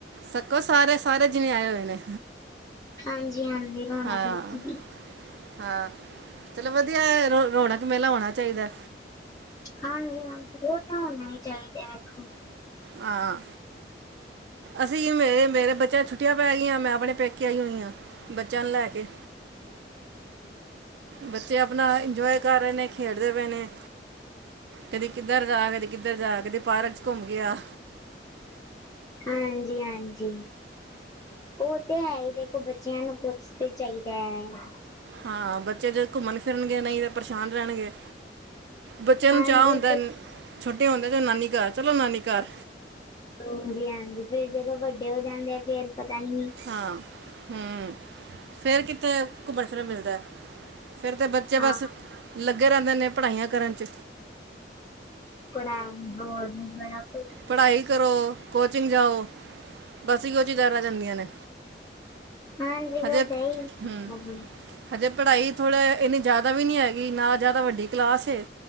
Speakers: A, on the right (about 70°); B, on the left (about 20°).
A: ਛਕੋ ਸਾਰੇ-ਸਾਰੇ ਜਿਵੇ ਆਏ ਹੋਏ ਨੇ
B: ਹਾਂਜੀ-ਹਾਂਜੀ ਰੌਣਕ
A: ਹਾਂ
B: ਚ।
A: ਹਾਂ। ਚਲੋ ਵਧੀਆ ਰ ਰੌਣਕ ਮੇਲਾ ਹੋਣਾ ਚਾਈਦਾ।
B: ਹਾਂਜੀ। ਹਾਂ ਉਹ ਤਾਂ ਹੋਣੇ ਚਾਈਦੇ ਦੇਖੋ।
A: ਹਾਂ। ਅਸੀਂ ਮੇਰੇ ਮੇਰੇ ਬੱਚਿਆਂ ਨੂੰ ਛੁੱਟੀਆਂ ਪੈ ਗਈਆਂ। ਮੈਂ ਆਪਣੇ ਪੇਕੇ ਆਈ ਹੋਈ ਆ। ਬੱਚਿਆਂ ਨੂੰ ਲੈ ਕੇ। ਬੱਚੇ ਆਪਣਾ ਇੰਨਜੋਏ ਕਰ ਰਏ ਨੇ ਖੇਡਦੇ ਪਏ ਨੇ ਕਦੀ ਕਿੱਧਰ ਜਾ ਕਦੀ ਕਿੱਧਰ ਜਾ ਕਦੀ ਪਾਰਕ ਚ ਘੁੰਮ ਕੇ ਆ
B: ਹਾਂਜੀ-ਹਾਂਜੀ। ਓ ਤੇ ਹੈ ਹੀ ਦੇਖੋ, ਬੱਚਿਆਂ ਨੂੰ ਕੁਝ ਤੇ ਚਾਈਦਾ ਐ
A: ਹਾਂ, ਬੱਚੇ ਜੇ ਘੁੰਮਣ ਫਿਰਨਗੇ ਨਈ ਤੇ ਪਰੇਸ਼ਾਨ ਰਹਿਣਗੇ। ਬੱਚਿਆਂ
B: ਹਾਂਜੀ
A: ਨੂੰ ਚਾਅ ਹੁੰਦਾ। ਛੋਟੇ ਹੁੰਦੇ ਚਲੋ ਨਾਨੀ ਘਰ-ਚਲੋ ਨਾਨੀ ਘਰ।
B: ਹਾਂਜੀ-ਹਾਂਜੀ ਫੇਰ ਜਦੋ ਵੱਡੇ ਹੋ ਜਾਦੇ ਆ ਫੇਰ ਪਤਾ ਈ ਨੀ।
A: ਹਾਂ, ਹੂੰ ਫੇਰ ਕਿੱਥੇ ਘੁੰਮਣ ਫਿਰਨ ਮਿਲਦਾ। ਫੇਰ ਤਾਂ ਬੱਚੇ
B: ਹਾਂ
A: ਬੱਸ ਲੱਗੇ ਰਹਿੰਦੇ ਨੇ, ਪੜ੍ਹਾਈਆਂ ਕਰਨ ਚ
B: <unintelligible>
A: ਪੜਾਈ ਕਰੋ ਕੋਚਿੰਗ ਜਾਓ। ਬਸ ਇਹੋ ਚੀਜ਼ਾਂ ਰਹਿ ਜਾਂਦੀਆਂ ਨੇ।
B: ਹਾਂਜੀ
A: ਹਜੇ
B: ਬਸ ਇਹੀ
A: ਹੂੰ ਹਜੇ ਪੜ੍ਹਾਈ ਥੋੜ੍ਹਾ ਏਨੀ ਜ਼ਿਆਦਾ ਵੀ ਨੀ ਹੈਗੀ, ਨਾ ਜਿਆਦਾ ਵੱਡੀ ਕਲਾਸ ਏ